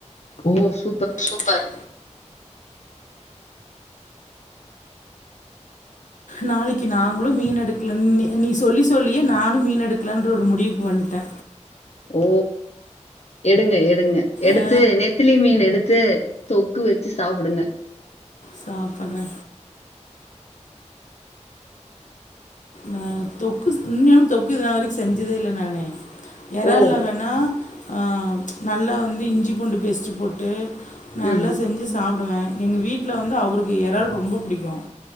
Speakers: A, on the left (about 60°); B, on the left (about 85°).
A: ஓ சு
B: சூப்பர் நாளைக்கு நாங்களு மீன் எடுக்கல நீ நீ சொல்லி சொல்லியே நானு மீன் எடுக்கலான்ற ஒரு முடிவுக்கு வண்ட்டே
A: ஓ எடுங்க எடுங்க எடுத்து
B: ஆ,
A: நெத்திலி மீன் எடுத்து தொக்கு வச்சி சாப்பிடுங்க
B: சாப்பறே ஆ தொக்கு இன்னு தொக்கு இதனால வரைக்கு செஞ்சதே இல்ல நானு இறால்ல
A: ஓ!
B: வேணா ஆ நல்லா வந்து இஞ்சி பூண்டு பேஸ்ட்டு போட்டு நல்லா
A: ம்.
B: செஞ்சி சாப்பிடுவே எங்க வீட்ல வந்து அவருக்கு இறால் ரொம்ப புடிக்கு